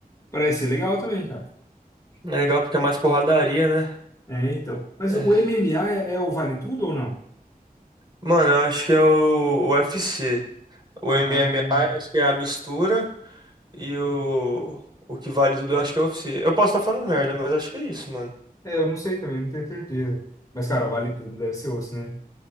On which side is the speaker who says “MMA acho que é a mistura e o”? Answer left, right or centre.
Right